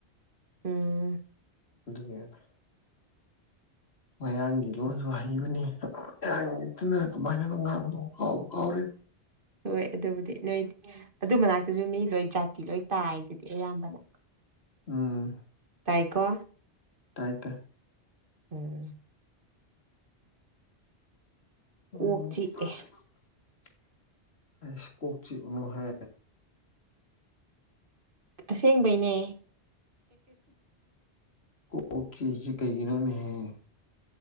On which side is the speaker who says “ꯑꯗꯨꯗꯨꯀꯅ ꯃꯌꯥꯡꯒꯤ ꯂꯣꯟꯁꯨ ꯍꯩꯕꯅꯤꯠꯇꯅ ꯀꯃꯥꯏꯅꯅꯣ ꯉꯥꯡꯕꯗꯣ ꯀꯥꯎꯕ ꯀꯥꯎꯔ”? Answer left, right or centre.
Left